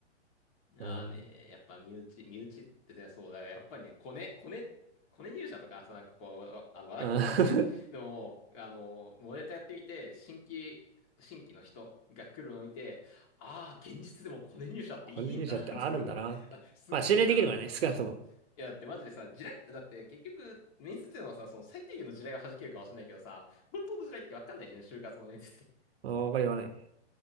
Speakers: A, on the left; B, on the right.
A: ああね、
B: なるほどね。
A: やっぱ身内、身内ってね、そうだよ。やっぱりね、コネ、コネ、コネ入社とかさ、なんかこう、わあの話題になったりするじゃん。
B: うん。<laughs>
A: でも、あの、モデルやってみて、新規、新規の人が来るのを見て、ああ、現実でもコネ入社っていいんだなって、
B: 個人入社ってあるんだなって。
A: こう、あすごいんだなって、
B: まあ、信頼できるからね、少なくとも。
A: そうそうそう。いや、だってマジでさ、地雷、だって結局、面接でもさ、その最低限の地雷は弾けるかもしれないけどさ、本当の地雷ってわかんないじゃん、就活の面接で。
B: うんわかりはない。